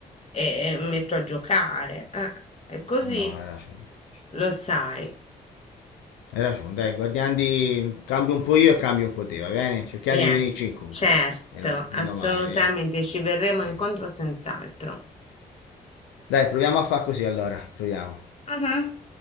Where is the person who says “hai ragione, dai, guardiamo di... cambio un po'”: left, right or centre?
Left